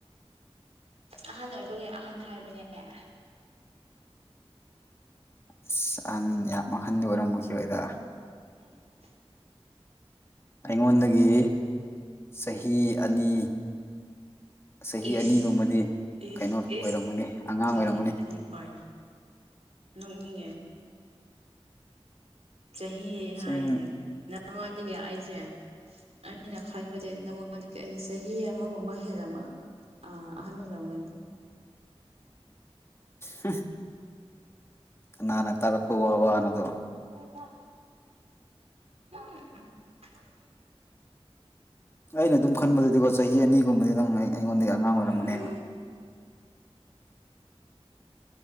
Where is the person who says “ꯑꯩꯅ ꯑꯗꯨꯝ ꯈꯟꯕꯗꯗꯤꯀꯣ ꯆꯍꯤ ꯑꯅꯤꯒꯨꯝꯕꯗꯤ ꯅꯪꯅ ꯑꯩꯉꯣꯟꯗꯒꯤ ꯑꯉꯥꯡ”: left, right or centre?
Left